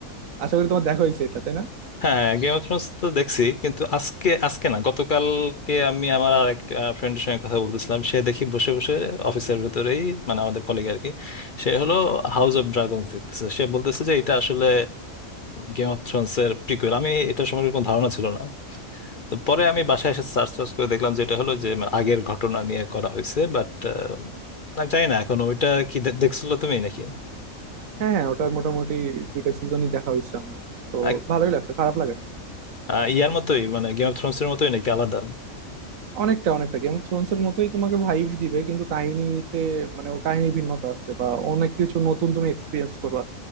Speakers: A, on the right (about 70°); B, on the left (about 45°).
A: আশা করি তোমার দেখা হয়েছে এটা তাই না
B: হ্যাঁ গেম অফ থ্রোনস তো দেখছি কিন্তু আজকে আজকে না গতকালকে আমি আমার আর এক ফ্রেন্ডের সঙ্গে কথা বলতেছিলাম সে দেখি বসে বসে অফিসের ভেতরেই মানে আমাদের কলিগ আর কি সে হলো হাউস অফ ড্রাগনস দেখতেছে সে বলতেছে যে এটা আসলে গেম অফ থ্রোনস এর প্রিকুয়েল আমি এটা সম্পর্কে কোনো ধারণা ছিল না তো পরে আমি বাসায় এসে সার্চ টার্চ করে দেখলাম যে এটা হলো যে মানে আগের ঘটনা নিয়ে করা হয়েছে বাট আমি জানি না এখন ওইটা কি দে- দেখছিল তুমি নাকি
A: হ্যাঁ হ্যাঁ ওটার মোটামুটি দুইটা সিজনই দেখা হয়েছে আমার তো
B: আ-
A: ভালোই লাগছে খারাপ লাগে না
B: আ, ইয়ার মতোই মানে গেম অফ থ্রোনস এর মতোই নাকি আলাদা
A: অনেকটা অনেকটা গেম অফ থ্রোনস এর মতোই তোমাকে ভাইব দিবে কিন্তু কাহিনীতে মানে ও কাহিনীর ভিন্নতা আছে বা অনেক কিছু নতুন তুমি এক্সপিরিয়েন্স করবা